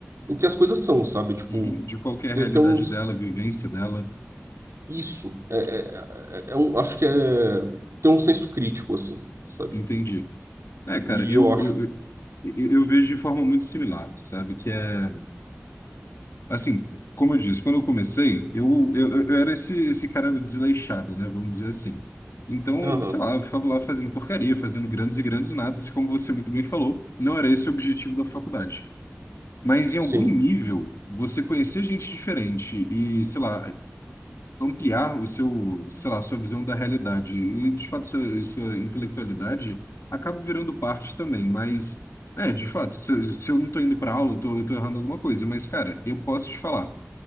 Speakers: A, on the right; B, on the left.
A: do que as coisas são, sabe? Tipo,
B: Uhum. De qual que é
A: ter,
B: a realidade
A: ter uns...
B: dela, a vivência dela,
A: Isso. É, é, é é um, acho que é... Ter um senso crítico, assim, sabe?
B: entendi. É, cara,
A: E
B: eu,
A: eu acho
B: eu, eu, eu vejo de forma muito similar, sabe? Que é, assim, como eu disse, quando eu comecei, eu, eu, eu era esse, esse cara desleixado, né? Vamos dizer assim. Então,
A: Aham,
B: sei lá, eu ficava lá fazendo porcaria, fazendo grandes e grandes nadas, e como você muito bem falou, não era esse o objetivo da faculdade. Mas em algum
A: Sim,
B: nível, você conhecer gente diferente e, sei lá, ampliar o seu, sei lá, sua visão da realidade e, de fato, sua, sua intelectualidade acaba virando parte também. Mas, é, de fato, se, se eu não tô indo pra aula, eu tô, eu tô errando alguma coisa. Mas, cara, eu posso te falar.